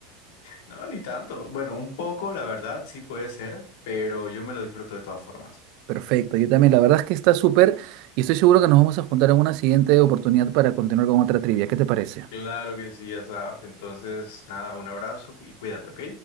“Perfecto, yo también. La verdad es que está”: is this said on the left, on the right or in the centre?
Right